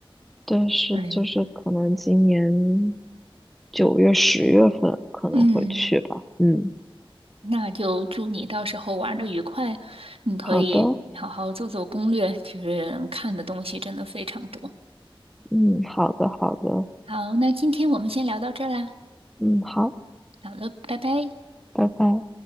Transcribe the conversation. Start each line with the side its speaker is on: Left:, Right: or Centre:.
Centre: 但是就是可能今年
Right: 对呀，
Centre: 九月、十月份可能会去吧。
Right: 嗯，
Centre: 嗯，
Right: 那就祝你到时候玩的愉快。你可以好好做做攻略，
Centre: 好的，
Right: 就是看的东西真的非常多。
Centre: 嗯，好的，好的，
Right: 好，那今天我们先聊到这儿啦，
Centre: 嗯，好，
Right: 好了，拜拜。
Centre: 拜拜。